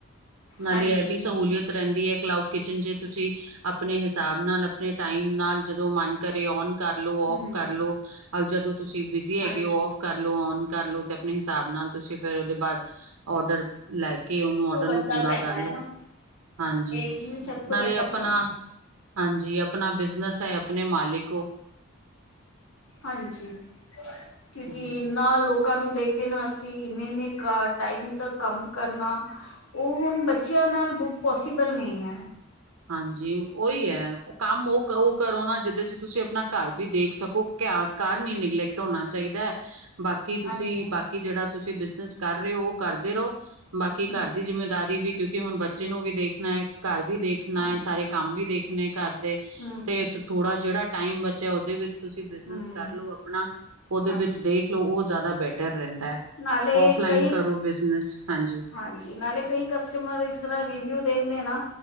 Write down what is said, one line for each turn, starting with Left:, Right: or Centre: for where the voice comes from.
Right: ਨਾਲੇ
Left: ਹਾਂਜੀ
Right: ਇਹ ਵੀ ਸਹੂਲੀਅਤ ਰਹਿੰਦੀ ਹੈ ਕਲਾਊਡ ਕਿਚਨ ਜੇ ਤੁਸੀਂ ਆਪਣੇ ਹਿਸਾਬ ਨਾਲ ਆਪਣੇ ਟਾਈਮ ਨਾਲ ਜਦੋਂ ਮਨ ਕਰੇ ਓਨ ਕਰਲੋ
Left: ਹਮ
Right: ਫ ਕਰਲੋ ਅ ਜਦੋਂ ਤੁਸੀਂ ਬਿਜੀ ਹੈਗੇ
Left: ਹਾਂਜੀ
Right: ਹੋ ਫ ਕਰਲੋ ਓਨ ਕਰਲਓ ਤੇ ਆਪਣੇ ਹਿਸਾਬ ਨਾਲ ਤੁਸੀਂ ਫੇਰ ਉਹਦੇ ਬਾਅਦ ਔਡਰ ਲੈ ਕੇ ਉਹਨੂੰ ਔਡਰ
Left: ਉਹ ਵੱਡਾ
Right: ਨੂੰ ਪੂਰਾ
Left: ਫਾਇਦਾ
Right: ਕਰਲੋ
Left: ਹੈ ਨਾ
Right: ਹਾਂਜੀ
Left: ਇਹੀ ਸਭ ਤੋਂ
Right: ਨਾਲੇ
Left: ਵੱਡਾ
Right: ਆਪਣਾ
Left: ਫਾਇਦਾ
Right: ਹਾਂਜੀ ਆਪਣਾ ਬਿਜ਼ਨਸ ਹੈ ਆਪਣੇ ਮਾਲਿਕ ਹੋ।
Left: ਹਾਂਜੀ ਕਿਉਂਕਿ
Right: ਹਾਂਜੀ
Left: ਨਾ ਲੋਕ ਲੋਕਾਂ ਨੂੰ ਦੇਖਦੇ ਨਾ ਅਸੀਂ ਇੰਨੇ-ਇੰਨੇ ਟਾਈਮ ਤ ਕੰਮ ਕਰਨਾ। ਉਹ ਹੁਣ ਬੱਚਿਆਂ ਨਾਲ ਪੋਸੀਬਲ ਨਹੀਂ ਹੈ।
Right: ਹਾਂਜੀ ਉਹੀ ਹੈ ਉਹ ਕੰਮ ਉਹ ਉਹ ਕਰੋ ਨਾ ਜਿਹਦੇ ਚ ਤੁਸੀਂ ਆਪਣਾ ਘਰ ਵੀ ਦੇਖ ਸਕੋ। ਕ ਕਾਰ ਨੀ ਨਿਗਲੈਕਟ ਹੋਣਾ ਚਾਹੀਦਾ ਹੈ। ਬਾਕੀ ਤੁਸੀਂ
Left: ਹਾਂਜੀ
Right: ਬਾਕੀ ਜਿਹੜਾ ਤੁਸੀਂ ਬਿਜਨਸ ਕਰ ਰਹੇ ਹੋ ਉਹ ਕਰਦੇ ਰਹੋ। ਬਾਕੀ
Left: ਹਮ
Right: ਘਰ ਦੀ ਜਿੰਮੇਦਾਰੀ ਵੀ ਕਿਉਂਕਿ ਹੁਣ ਬੱਚੇ ਨੂੰ ਵੀ ਦੇਖਣਾ ਹੈ ਘਰ ਵੀ ਦੇਖ ਦੇਖਣਾ
Left: ਹਾਂਜੀ
Right: ਹੈ ਸਾਰੇ ਕੰਮ ਵੀ ਦੇਖਣੇ ਘਰ ਦੇ
Left: ਹੂੰ
Right: ਤੇ ਥੋੜਾ ਜਿਹੜਾ ਟਾਈਮ ਬਚਿਆ ਉਹਦੇ ਵਿੱਚ ਤੁਸੀਂ ਬਿਜਨਸ
Left: ਹੂੰ
Right: ਕਰ ਲਓ ਆਪਣਾ ਉਹਦੇ
Left: ਹਾਂਜੀ
Right: ਵਿੱਚ ਦੇਖਲੋ ਉਹ ਜ਼ਿਆਦਾ ਬੈਟਰ ਰਹਿੰਦਾ ਹੈ।
Left: ਨਾਲੇ
Right: ਆਫਲਾਈਨ
Left: ਕਈ
Right: ਕਰੋ ਬਿਜਨਸ ਹਾਂਜੀ।
Left: ਹਾਂਜੀ ਨਾਲੇ ਕਈ ਕਸਟਮਰ ਇਸ ਤਰ੍ਹਾਂ ਰਿਵਿਊ ਦਿੰਦੇ ਨਾ